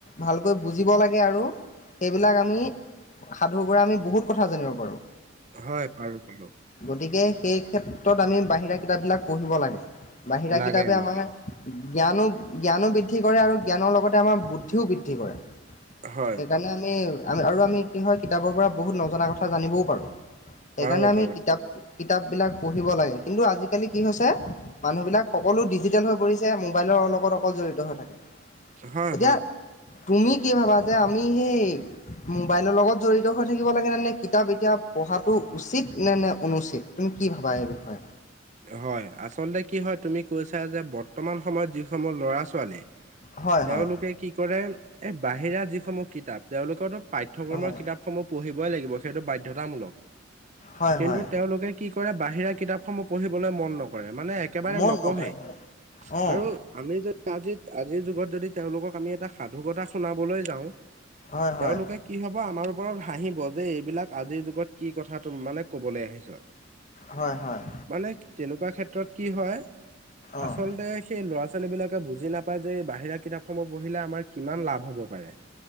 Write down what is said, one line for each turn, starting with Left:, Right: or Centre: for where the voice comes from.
Left: ভালকৈ বুজিব লাগে আৰু সেইবিলাক আমি সাধুৰ পৰা আমি বহুত কথা জানিব পাৰো
Right: হয় পাৰো পাৰো
Left: গতিকে সেই ক্ষেত্ৰত আমি বাহিৰা কিতাপবিলাক পঢ়িব লাগে বাহিৰা
Right: লাগে
Left: কিতাপে
Right: লাগে
Left: আমাৰ জ্ঞানো জ্ঞানো বৃদ্ধি কৰে আৰু জ্ঞানৰ লগতে আমাৰ বুদ্ধিও বৃদ্ধি কৰে
Right: হয়
Left: সেইকাৰণে আমি আমি আৰু আমি কি হয় কিতাপৰ পৰা বহুত নজনা কথা জানিবও পাৰোঁ সেইকাৰণে
Right: পাৰো
Left: আমি
Right: পাৰো
Left: কিতাপ কিতাপ বিলাক পঢ়িব লাগে কিন্তু আজিকালি কি হৈছে মানুহবিলাক সকলো ডিজিটেল হৈ পৰিছে মোবাইলৰ লগত অকল জড়িত হৈ থাকে
Right: হয়
Left: এতিয়া
Right: হয়
Left: তুমি কি ভাবা যে আমি সেই মোবাইলৰ লগত জড়িত হৈ থাকিব লাগে নে নে কিতাপ এতিয়া পঢ়াটো উচিত নে নে অনুচিত তুমি কি ভাবা এই বিষয়ে
Right: হয় আচলতে কি হয় তুমি কৈছা যে বৰ্তমান সময়ত যিসমূহ ল'ৰা ছোৱালী
Left: হয়
Right: তেওঁলোকে
Left: হয়
Right: কি কৰে এই বাহিৰা যিসমূহ কিতাপ তেওঁলোক পাঠ্যক্ৰমৰ
Left: হয়
Right: কিতাপসমূহ পঢ়িবই লাগিব সেইটো বাধ্যতামূলক
Left: হয়
Right: কিন্তু
Left: হয়
Right: তেওঁলোকে কি কৰে বাহিৰা কিতাপসমূহ পঢ়িবলৈ মন নকৰে মানে একেবাৰে
Left: মন
Right: নপঢ়ে
Left: নকৰে হয় অঁ
Right: আৰু আমি যদি আজি আজিৰ যুগত যদি তেওঁলোকক আমি এটা সাধু কথা শুনাবলৈ যাওঁ
Left: হয় হয়
Right: তেওঁলোকে কি হব আমাৰ ওপৰত হাঁহিব যে এইবিলাক আজিৰ যুগত কি কথা তুমি মানে কবলৈ আহিছা
Left: হয় হয়
Right: মানে তেনেকুৱা ক্ষেত্ৰত কি হয়
Left: অঁ
Right: আচলতে সেই ল'ৰা ছোৱালী বিলাকে বুজি নাপায় যে এই বাহিৰা কিতাপ সমূহ পঢ়িলে আমাৰ কিমান লাভ হ'ব পাৰে